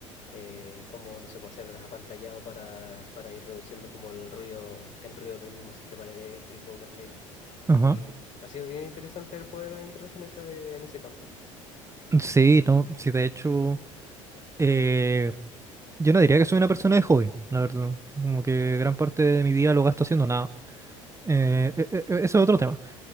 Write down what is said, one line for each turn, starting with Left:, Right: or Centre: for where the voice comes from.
Left: Eh, y cómo, no sé, puede hacer el apantallado para, para ir reduciendo como el ruido, el ruido del mismo sistema eléctrico, ¿cachai?
Right: Ajá.
Left: Y ha sido bien interesante el poder adentrarse en ese, en ese campo.
Right: Sí, no, sí, de hecho, eh, yo no diría que soy una persona de hobby, la verdad. Como que gran parte de mi día lo gasto haciendo nada. Eh, e- e- e- eso es otro tema.